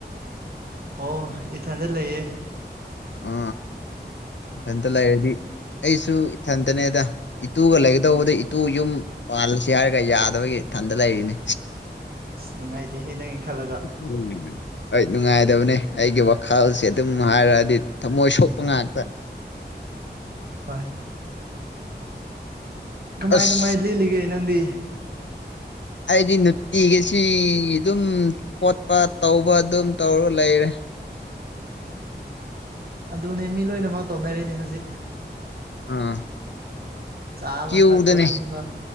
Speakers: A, on the right; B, on the left.
A: ꯑꯣ ꯏꯊꯟꯗ ꯂꯩꯌꯦꯦ
B: ꯑ ꯐꯇꯂ ꯑꯦꯗꯤ ꯑꯩꯁꯨ ꯏꯊꯟꯇꯅꯦꯗ ꯏꯇꯨꯒ ꯂꯩꯒꯗꯧꯕꯗ ꯏꯇꯨ ꯌꯨꯝ ꯄꯥꯜꯂꯁꯤ ꯍꯥꯏꯔꯒ ꯌꯥꯗꯕ ꯊꯗꯗ ꯍꯥꯏꯅꯦ
A: ꯅꯪꯥꯏꯇ ꯍ ꯅꯪ ꯈꯜꯂꯒ
B: ꯎꯝ ꯍꯣꯏ ꯅꯨꯡꯉꯥꯏꯗꯕꯅꯤ ꯑꯩꯒꯤ ꯋꯥꯈꯜꯁꯦ ꯑꯗꯨꯝ ꯍꯥꯏꯔꯛꯑꯗꯤ ꯊꯝꯃꯣꯏ ꯁꯣꯛꯄ ꯉꯥꯛꯇꯅꯦ
A: ꯍꯣꯏ ꯀꯃꯥꯏ
B: ꯑꯁ
A: ꯀꯃꯥꯏ ꯂꯤꯜꯂꯤꯒꯦ ꯅꯪꯗꯤ
B: ꯑꯩꯗꯤ ꯅꯨꯡꯇꯤꯒꯤꯁꯤ ꯑꯗꯨꯝ ꯈꯣꯠꯄ ꯇꯧꯕ ꯑꯗꯨꯝ ꯇꯧꯔꯒ ꯂꯩꯔ ꯍ
A: ꯑꯗꯨꯅꯦ ꯃꯤ ꯂꯣꯏꯅꯃꯛ ꯇꯧꯅꯔꯤꯅꯤ ꯍꯧꯖꯤꯛ
B: ꯑꯥ
A: ꯆꯥꯕ
B: ꯀ꯭ꯌꯨꯗꯅꯦ
A: ꯊꯛꯄ ꯇꯨꯝꯕ